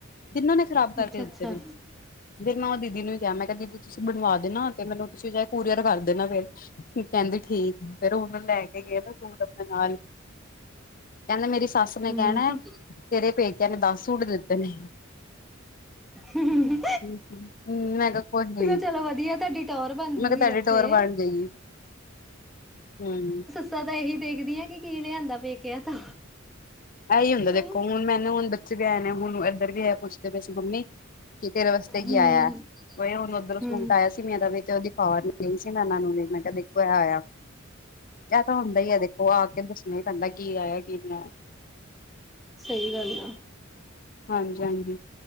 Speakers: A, on the left (about 45°); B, in the centre.
A: ਤਿੰਨਾਂ ਨੇ ਖਰਾਬ ਕਰਕੇ
B: ਅੱਛਾ ਅੱਛਾ
A: ਦਿੱਤੇ ਨੇ। ਫੇਰ ਮੈਂ ਓ ਦੀਦੀ ਨੂੰ ਈ ਕਿਆ ਮੈਂ ਕਿਆ ਦੀਦੀ ਤੁਸੀਂ ਬਣਵਾ ਦੇਨਾ ਤੇ ਮੈਨੂੰ ਤੁਸੀਂ ਚਾਹੇ ਕੋਰੀਅਰ ਕਰ ਦੇਨਾ ਫੇਰ ਕੈਂਦੀ ਠੀਕ ਫੇਰ ਓ ਨਾ ਲੈ ਕੇ ਗਏ ਨਾ ਸੂਟ ਆਪਣੇ ਨਾਲ। ਕੈਂਦੇ ਮੇਰੀ ਸੱਸ
B: ਹੂੰ
A: ਨੇ ਕੈਣਾ ਐ ਤੇਰੇ ਪੇਕੇਆਂ ਨੇ ਦਸ ਸੂਟ ਦਿੱਤੇ ਨੇ।
B: <inaudible> ਤੂੰ
A: ਹੂੰ ਮੈਂ ਕਿਹਾ ਕੁਛ ਨੀ
B: ਕੈ ਚਲੋ ਵਦੀਆ, ਤੁਆਡੀ ਟੋਰ ਬਣ ਜੂ
A: ਮੈਂ ਕਿਹਾ
B: ਗੀ
A: ਤੁਹਾਡੀ
B: ਓਥੇ।
A: ਟੋਰ ਬਣ ਜਾਏਗੀ ਹੂੰ।
B: ਸੱਸਾ ਤਾਂ ਏਹੀ ਦੇਖਦੀ ਆ ਕੀ, ਕੀ ਲੇਆਂਦਾ ਪੇਕੇਆ ਤੋਂ।
A: ਇਹੀ ਹੁੰਦਾ
B: ਹੂੰ,
A: ਦੇਖੋ, ਹੁਣ ਮੈਨੂੰ ਹੁਣ ਬੱਚੇ ਵੇਹਆਏ ਨੇ ਹੁਣ, ਇੱਧਰ ਵੀ ਏ ਪੁੱਛਦੇ ਪੈਏ ਸੀ ਮੰਮੀ ਕਿ ਤੇਰੇ ਵਸਤੇ ਕੀ
B: ਹੂੰ,
A: ਆਇਆ? ਬਈ ਹੁਣ ਓਧੋਂਰੋ ਸੂਟ
B: ਹੂੰ
A: ਆਇਆ ਸੀ ਮੇਰਾ ਵੀ ਤੇ ਉਹਦੀ <unintelligible> ਪਾਗ ਨਹੀ ਆਈ ਸੀ। ਮੈਂ ਉਹਨਾਂ ਨੂੰ ਨਹੀਂ। ਮੈਂ ਦੇਖੋ, ਐਹ ਆਇਆ। ਇਹ ਤਾਂ ਹੁੰਦਾ ਹੀ ਆ ਦੇਖੋ, ਆ ਕੇ ਦੱਸਣਾ ਹੀ ਪੈਂਦਾ, ਕੀ ਆਇਆ ਕੀ ਨਹੀ ਆਇਆ।
B: ਸਹੀ ਗੱਲ ਆ।
A: ਹਾਂਜੀ, ਹਾਂਜੀ।